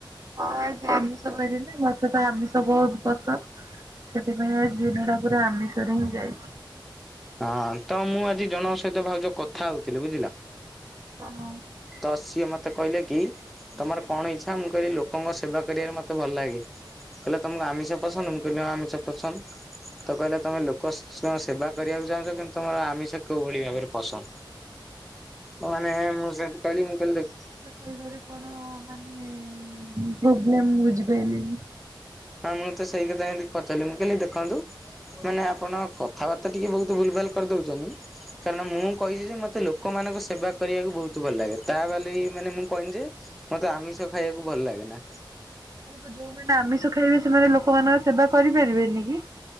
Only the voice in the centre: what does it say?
ହଁ ତ ମୁଁ ଆଜି ଜଣଙ୍କ ସହିତ ଭାଉଜ କଥା ହଉଥିଲି ବୁଝିଲା।
ତ ସିଏ ମତେ ମତେ କହିଲେ କି ତମର କଣ ଇଚ୍ଛା ମୁଁ କହିଲି ଲୋକଙ୍କ ସେବା କରିବାରେ ମତେ ଭଲ ଲାଗେ। କହିଲେ ତମକୁ ଆମିଷ ପସନ୍ଦ ମୁଁ କହିଳି ହଁ ଆମିଷ ପସନ୍ଦ ତ କହିଲେ ତମେ ଲୋକ ସେବା। କରିବାକୁ ଚାହୁଁଛ କିନ୍ତୁ ତମର ଆମିଷ କୋଉ ଭଳି ଭାବରେ ପସନ୍ଦ। ମାନେ ମୁଁ ସେମିତି କହିଲି ଦେଖ।
ହଁ ମୁଁ ତ ସେଇ କଥା ହି ପଚାରିଲିିନି ମୁଁକହିଲି ଦେଖନ୍ତୁ ମାନେ ଆପଣ କଥାବାର୍ତ୍ତା ଟିକେ ବହୁତ ଭୁଲ ଭାଲ କରି ଦଉଛନ୍ତି। କାରଣ ମୁଁ କହିଛି ଯେ ମତେ ଲୋକମାନାନଙ୍କ ସେବା କରିବାକୁ ବହୁତ ଭଲ ଲାଗେ ତା ବା ମାନେ ମୁଁ କହନି ଯେ। ମତେ ଆମିଷ ଖାଇବାକୁ ଭଲ ଲାଗେ ନା।